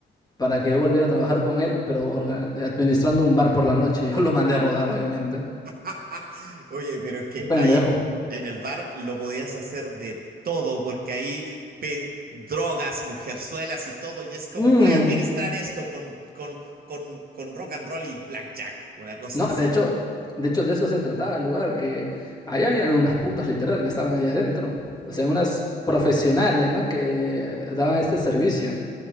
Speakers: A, on the left (about 20°); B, on the right (about 50°).
A: Para que yo volviera a trabajar con él, pero orga- administrando un bar por la noche. <laughs> Yo lo mandé a rodar, obviamente.
B: <laughs> Oye, pero es que
A: Pendejo.
B: ahí en el bar lo podías hacer de todo, porque ahí pe- drogas, mujerzuelas y todo, y es como
A: Mm.
B: voy a administrar esto con, con, con, con rock and roll y blackjack, una cosa
A: No,
B: así.
A: de hecho, de hecho de eso se trataba el lugar, que allá habían unas putas literal que estaban allá adentro. O sea, unas profesionales, ¿no? Que eh, daban este servicio.